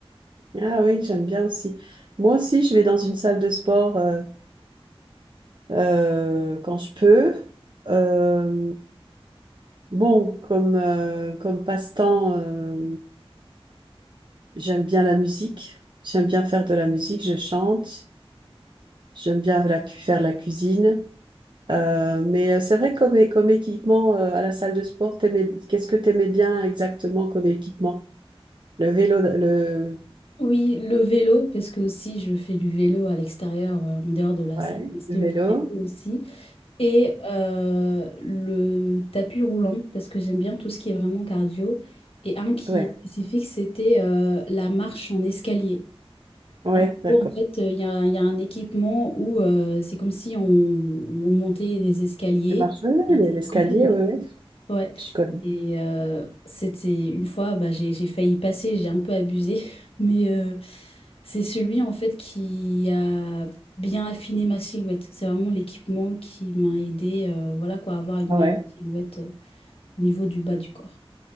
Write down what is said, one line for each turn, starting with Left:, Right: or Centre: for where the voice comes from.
Right: Ah oui, j'aime bien aussi. Moi aussi, je vais dans une salle de sport euh, euh, quand je peux. Euh, bon, comme, euh, comme passe-temps, euh, j'aime bien la musique. J'aime bien faire de la musique, je chante. J'aime bien la cu- faire la cuisine. Euh, mais euh, c'est vrai comme, é- comme équipement euh, à la salle de sport, t'aimais- qu'est-ce que tu aimais bien exactement comme équipement? Le vélo, le,
Left: Oui, le vélo, parce que aussi je fais du vélo à l'extérieur, euh, en dehors de la
Right: ouais,
Left: salle, mais c'était
Right: le vélo.
Left: le vélo aussi. Et euh, le tapis roulant, parce que j'aime bien tout ce qui est vraiment cardio. Et un qui
Right: Ouais,
Left: est spécifique, c'était euh, la marche en escalier.
Right: ouais,
Left: En
Right: d'accord.
Left: gros, en fait, euh, il y a, il y a un équipement où euh, c'est comme si on, on montait des escaliers.
Right: Tu marches, ouais,
Left: Et
Right: ouais, l'escalier,
Left: quand
Right: ouais, ouais,
Left: Ouais.
Right: je connais.
Left: Et euh, c'était une fois, bah, j'ai, j'ai failli passer, j'ai un peu abusé, <laughs> mais euh, c'est celui en fait qui a bien affiné ma silhouette. C'est vraiment l'équipement qui m'a aidé, euh, voilà quoi, à avoir une
Right: Ah
Left: meilleure
Right: ouais,
Left: silhouette euh, au niveau du bas du corps.